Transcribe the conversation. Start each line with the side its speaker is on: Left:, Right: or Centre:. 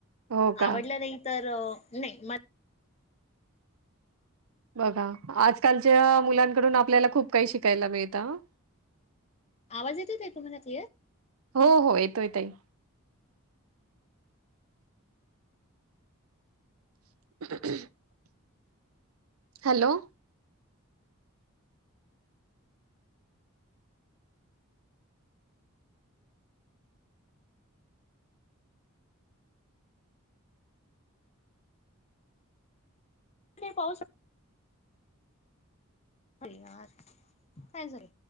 Right: हो का?
Left: आवडल नाही तर अ नाही मा
Right: बघा, आजकालच्या मुलांकडून आपल्याला खूप काही शिकायला मिळतं हां.
Left: आवाज येतोय काय, तुम्हाला क्लिअर?
Right: हो हो, येतोय ताई. <unintelligible> हॅलो.
Left: <unintelligible> पाऊस अरे यार! काय झालं?